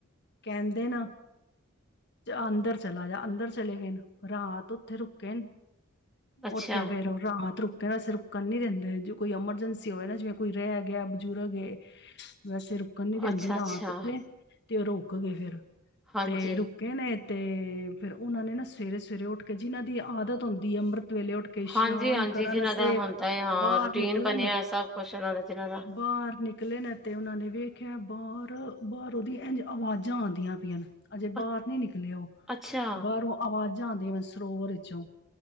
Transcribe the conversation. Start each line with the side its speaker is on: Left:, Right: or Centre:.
Left: ਕਹਿੰਦੇ ਨੇ ਅੰਦਰ ਚਲਾ ਜਾ ਅੰਦਰ ਚਲੇ ਗਏ ਨੇ ਰਾਤ ਉੱਥੇ ਰੁਕੇ ਨੇ
Centre: ਅੱਛਾ
Left: ਉੱਥੇ ਫੇਰ ਉਹ ਰਾਤ ਰੁ ਕਹਿੰਦਾ ਅਸੀ ਰੁਕਣ ਨਹੀਂ ਦਿੰਦੇ ਜੇ ਕੋਈ ਐਮਰਜੈਂਸੀ ਹੋਵੇ ਨਾ ਜਿਵੇਂ ਕੋਈ ਰਹਿ ਗਿਆ ਬਜ਼ੁਰਗ ਏ ਵੈਸੇ ਰੁਕਣ ਨੀ ਰਹਿੰਦੇ
Centre: ਅੱਛਾ-ਅੱਛਾ,
Left: ਰਾਤ ਉੱਥੇ ਤੇ ਰੁਕ ਗਏ ਫੇਰ।
Centre: ਹਾਂਜੀ।
Left: ਤੇ ਰੁਕੇ ਨੇ ਅਤੇ ਫਿਰ ਉਹਨਾਂ ਨੇ ਨਾ ਸਵੇਰੇ ਸਵੇਰੇ ਉੱਠ ਕੇ ਜਿਨਾਂ ਦੀ ਆਦਤ ਹੁੰਦੀ ਹੈ ਅੰਮ੍ਰਿਤ ਵੇਲੇ ਉੱਠ ਕੇ ਇਸ਼ਨਾਨ
Centre: ਹਾਂਜੀ ਹਾਂਜੀ
Left: ਕਰਨ
Centre: ਜਿਨਾਂ
Left: ਅਸੇ
Centre: ਦਾ ਹੁੰਦਾ ਹੈ, ਹਾਂ
Left: ਬਾਹਰ
Centre: ਰੂਟੀਨ
Left: ਨਿਕਲਣ
Centre: ਬਣਿਆ ਸਭ ਕੁਛ ਉਹਨਾਂ ਦਾ ਦਾ
Left: ਬਾਹਰ ਨਿਕਲੇ ਨੇ ਤੇ ਉਹਨਾ ਨੇ ਵੇ ਖਿਆ ਬਾਹਰ ਬਾਹਰ ਉਹਦੀ ਇ ਆਵਾਜ਼ਾਂ ਆਉਂਦੀਆਂ ਪਈਆਂ ਨੇ ਅਜੇ ਬਾਹਰ
Centre: ਅ
Left: ਨੀ ਨਿਕਲੇ ਉਹ
Centre: ਅੱਛਾ,
Left: ਬਾਹਰੋਂ ਆਵਾਜ਼ ਜਾਂਦੇ ਵ ਸਰੋਵਰ ਵਿੱਚੋਂ